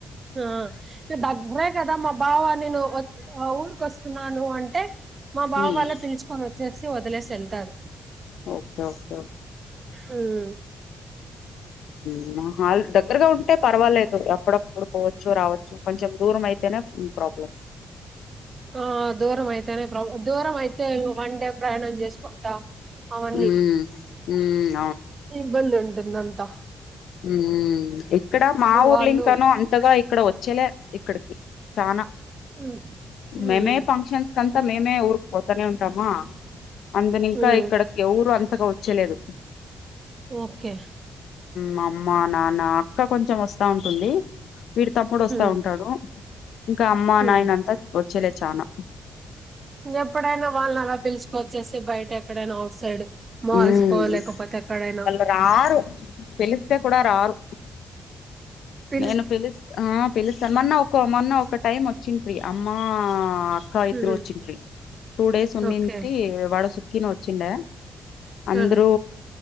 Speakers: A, on the right; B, on the left.
A: ఆ ఇక దగ్గరే కదా మా బావ నేను హో అ ఊరికి వస్తున్నాను అంటే మా
B: హ్మ్
A: బావ వాళ్ళ పిలుచుకొని వచ్చేసి వదిలేసి ఏళ్తారు.
B: ఓకే ఓకే
A: హ్మ్.
B: సినిమా హాల్ దగ్గరగా ఉంటే పర్వాలే ఎప్పుడప్పుడు పోవచ్చు, రావచ్చు కొంచెం దూరం అయితేనే ప్రాబ్లం
A: ఆ దూరం అయితేనే ప్రబ్ దూరం అయితే వన్ డే ప్రయాణం చేసుకుంటా అవన్నీ
B: హ్మ్ హ్మ్
A: ఇ బంది ఉంటుందంతా
B: ఉ ఇక్కడ మా ఊర్లింకాను
A: వాళ్ళు
B: అంతగా ఇక్కడ వచ్చేలే ఇక్కడికి ఫానా
A: ఉమ్, ఉమ్,
B: మేమే ఫంక్షన్స్ కంతా మేమే ఊరికు పోతానే ఉంటామా అందుని ఇంకా
A: ఉమ్,
B: ఇక్కడకి ఎవరు అంతగా వచ్చలేదు
A: ఓకే
B: మా అమ్మ నాన్న అక్క కొంచం వస్తా ఉంటుంది. వీడు తప్పుడు వస్తా
A: ఉమ్,
B: ఉంటాడు. ఇంకా అమ్మా
A: ఉమ్.
B: నాయన అంతా వచ్చేలే చానా
A: ఎప్పుడైనా వాళ్ళని అలా పిలుచుక వచ్చేసి బయట ఎక్కడైనా అఔట్ సైడ్ మాల్స్
B: హ్మ్
A: కో లేకపోతే ఎక్కడైనా
B: వాళ్ళు రారు పిలిస్తే కూడా రారు
A: పిలు
B: నేను పిలిస్త ఆ పిలుస్తాను మొన్న ఒక మొన్న ఒక టైం వచ్చింది ఫీ అమ్మా క్కా ఇద్దరు
A: ఉమ్,
B: వచ్చిండ్రి టూ డేస్ ఉన్నింటి
A: ఓకే
B: వాడు సుకిన వచ్చిండే అందరు
A: ఆహా.